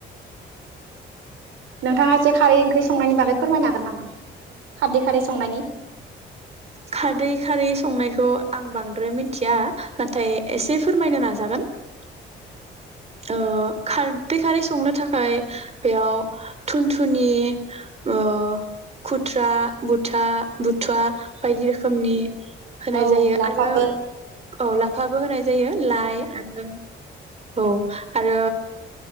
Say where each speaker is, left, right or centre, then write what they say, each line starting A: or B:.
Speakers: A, on the right; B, on the right.
A: नोंथाङा एसे खारै ओंख्रि संनायनि बागै फोरमायनो हागोन नामा? खारदै खारै संनायनि
B: खारदै खारै संनायखौ आं बांद्राय मिनथिया । नाथाय एसे फोरमायनो नाजागोन । ओ खार बे खारिस संनो थाखाय बेयाव थुनथ थुनि ओ खुथ्रा बुथा बुथुवा बायदि रोखोमनि होनाय
A: औ
B: जायो
A: लाफाबो
B: आरो औ ला बो होनाय जायो लाइ आरो औ आरो